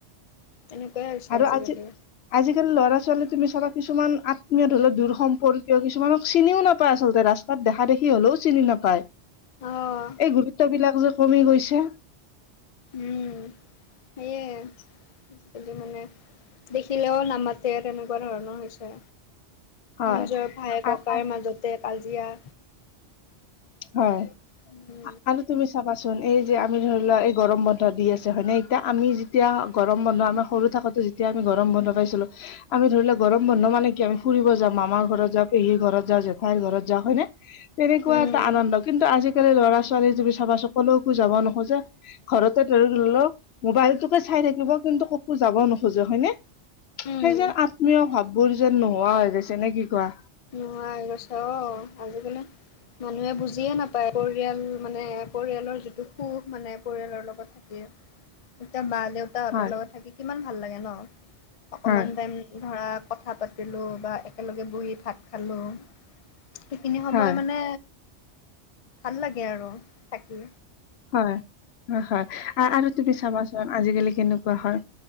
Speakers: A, on the left (about 45°); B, on the left (about 70°).
A: তেনেকুৱাই হৈছে
B: আৰু
A: আজিকালি
B: আজি আজিকালি ল'ৰা-ছোৱালী তুমি চাবা কিছুমান আত্মীয় ধৰিলওক দূৰ সম্পৰ্কীয় কিছুমানক চিনিও নাপায় আচলতে ৰাচ তাত দেখা দেখি হলেও চিনি নাপায়
A: অ',
B: এই গুৰুত্ব বিলাক যে কমি গৈছে
A: উম সেয়ে আজিকালি মানে দেখিলেও নামাতে তেনেকুৱা ধৰণৰ হৈছে
B: হয়
A: নিজৰ ভাই-ককাইৰ
B: আ- আ-
A: মাজতে কাজিয়া
B: হয়
A: উম <unintelligible>
B: আ আৰু তুমি চাবাচোন এই যে আমি ধৰি লোৱা এই গৰম বন্ধ দি আছে হয় নে তে আমি যেতিয়া গৰম বন্ধ আমাৰ সৰু থাকোতে যেতিয়া আমি গৰম বন্ধ পাইছিলোঁ আমি ধৰি লও গৰম বন্ধ মানে কি আমি ফুৰিব যাওঁ মামাৰ ঘৰত যাওঁ পেহীৰ ঘৰত যাওঁ জেঠাইৰ ঘৰত যাওঁ হয়নে কেনেকুৱা
A: উম,
B: এটা আনন্দ কিন্তু আজিকালি ল'ৰা-ছোৱালী তুমি চাবাচোন কলৈকো যাব নোখোজে ঘৰতে ধৰি ল লওক মোবাইলটোকে চাই থাকিব কিন্তু কতো যাব নোখোজে হয়নে
A: উম।
B: সেই যে আত্মীয় ভাৱ বোৰ যেন নোহোৱা হৈ গৈছে নে কি কোৱা
A: নোহোৱা হৈ গৈছে অ আজিকালি মানুহে বুজিয়ে নাপায় পৰিয়াল মানে পৰিয়ালৰ যিটো সুখ মানে পৰিয়ালৰ লগত এতিয়া মা দেউ তাহতৰ
B: হয়
A: লগত থাকি কিমান ভাল লাগে ন অকমান
B: হয়
A: টাইম ধৰা কথা পাতিলোঁ, বা একেলগে বহি ভাত খালোঁ, সেইখিনি সময়
B: হয়
A: মানে ভাল লাগে আৰু থাকি
B: হয় হয় হয় আৰু তুমি চাবাচোন আজিকালি কেনেকুৱা হয়